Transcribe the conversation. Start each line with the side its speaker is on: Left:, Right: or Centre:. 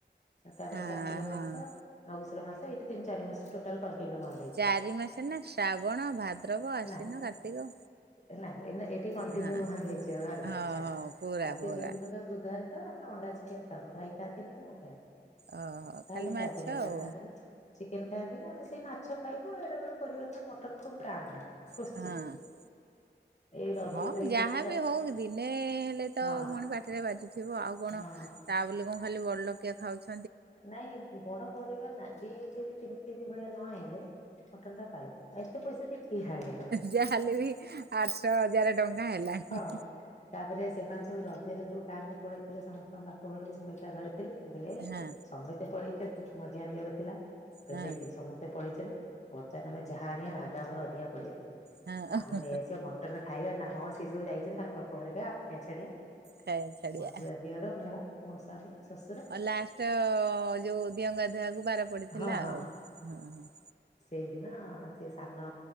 Left: ତାପରେ
Right: ହଁ
Left: କାର୍ତ୍ତିକ
Right: ହଁ।
Left: ମାସ। ମଗୁଶୁର ମାସ ଏଇଠି ତିନ ଚାରିମାସ ଟୋଟାଲ କଣ୍ଟିନ୍ୟୁ ବନ୍ଦ୍।
Right: ଚାରି ମାସେ ନା ଶ୍ରାବଣ ଭାଦ୍ରବ ଆସ୍ଵିନ
Left: ହେଲା
Right: କାର୍ତ୍ତିକ।
Left: ହେଲା ଏଇନେ ଏଇଠି କଣ୍ଟିନ୍ୟୁ
Right: ହଁ।
Left: ବନ୍ଦ ହେଇଯିବ ଗଲା
Right: ହଁ
Left: ଛାଡ
Right: ହଁ ପୁରା
Left: ଆଉ ସିଏ
Right: ପୁରା
Left: ଯୋଉ ଦିନ ବୁଧବାର ଖାଉ ଆମେ ଅଣ୍ଡା ଚିକେନ ଖାଉନୁ ଭାଇ ଖାଆନ୍ତିନି କି ମୁଁ ଖାଏନି।
Right: ଓହୋ
Left: ଭାଇ
Right: ଖାଲି
Left: ବି
Right: ମାଛ
Left: ଚାରଦିନ ଅଣ୍ଡା
Right: ଆଉ
Left: ଖାନ୍ତିନି। ଚିକେନ ଖାଆନ୍ତିନି ଆମେ ସେଇ ମାଛ ଖାଇବୁ ଏଡେବଡ ପରିବାରଟା ମଟନ ଖୁବ୍ କାଁ ଭାଁ। କୋଶ୍ଚିତ୍।
Right: ହଁ।
Left: ଏଇ ରଜକୁ
Right: ହଁ
Left: ହେଇଥିଲା
Right: ଯାହାବି
Left: ର
Right: ହଉ କି ଦିନେ ହେଲେ ତ
Left: ହଁ
Right: ପୁଣି ପାଟିରେ ବାଜୁଥିବ ଆଉ କଣ
Left: ହଁ
Right: ତା ବୋଲି କଣ ଖାଲି ବଡଲୋକିଆ ଖାଉଛି
Left: ନାଇଁ ବଡ ପରିବାର ନା ଦି କେଜି ତିନି କେଜି ଭଳିଆ ନ ଆଇଲେ ମଟନ ଟା ପାଇ ଏତେ ପଇସା ଦେଇକୀ କିଏ ଖା
Right: ଯାହେଲେ ବି ଆଠ ହଜାରେ ଟଙ୍କା ହେଲାଣି।
Left: ହଁ। ତାପରେ ସେମାନେ ସବୁ ରଜରେ ସବୁ ଗାଁକୁ ପଳେଇଥିଲେ ସମସ୍ତଙ୍କ ବାପ ଘରକୁ ମୁଁ ଏକା ଘରେ ଥିଲି ମୁଁ କହିଲି ଏଇ
Right: ହଁ
Left: ସମସ୍ତେ ପଳେଇଛନ୍ତି ମଝିଆ ଦିଅର ଥିଲା ମୁଁ କହିଲି
Right: ହଁ
Left: ଦେଖେ ସମ ପଳେଇଛନ୍ତି ବର୍ତ୍ତମାନ ଯାହା ଆଣିବା ଭାଗ ଆମର ଅଧିକା ପଢିବ
Right: ହଁ
Left: ଆମେ ନେଇ ଆସିବା ମ ମଟନ ଖାଇବା ନା ହଁ ସିଏ ସବୁ ଯାଇଛନ୍ତି ତାଙ୍କ ବାପ ଘରେ ଖାଇବେ ଆମେ କାଇଁ ଛାଡିବା।
Right: ଖାଇବା ଛାଡିଆ।
Left: ମଝିଆ ଦିଅର ମୁଁ ମୋ ସ୍ୱାମୀ ଶଶୁ
Right: ଆଉ ଲାଷ୍ଟ ଯୋଉ ଦିଅଙ୍ଗା ଧୁଆକୁ ବାର ପଡିଥିଲା
Left: ହଁ ହଁ
Right: ଆଉ ହଁ ହଁ।
Left: ସେଇଦିନ ସେ ସାନ